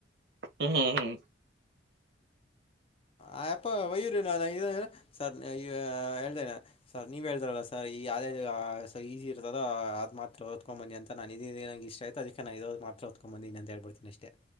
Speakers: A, on the right; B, on the left.
A: ಹ್ಮ್ ಹ್ಮ್ ಹ್ಮ್
B: ಹ ಆಪೋ ವಯ್ಯೂರ್ಲ್ಲ ಸರ್ ಹೇಳ್ದೇನೆ ಸರ್ ನೀವು ಹೇಳ್ತಾರಲ್ಲ ಸರ್ ಈ ಆದ. ಈಸಿ ಇರ್ತದ ಅದು ಮಾತ್ರ ಹೊದತ್ಕೊಂಡ್ ಬನ್ನಿ ಅಂತ ನ ಇದಂಗೆ ಇಷ್ಟ ಆಯತ ಅದಕ್ಕೆ ನ ಹೇಳಿ ಮಾತ್ರ ಓದ್ಕೊಂಬಂದಿನಿ ಅಂತ ಹೇಳ್ಬಿಡ್ತೀನಿ ಅಷ್ಟೇ